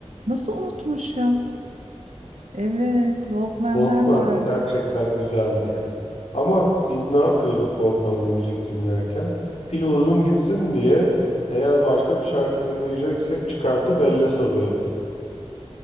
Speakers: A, on the right; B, on the left.
A: Nasıl unutmuşum? Evet, Walkman'ler
B: Walkman
A: vardı.
B: gerçekten güzeldi ya. Ama biz ne yapıyorduk Walkman'de müzik dinlerken? Pili uzun gitsin diye eğer başka bir şarkı dinleyeceksek çıkartıp elle sarıyorduk.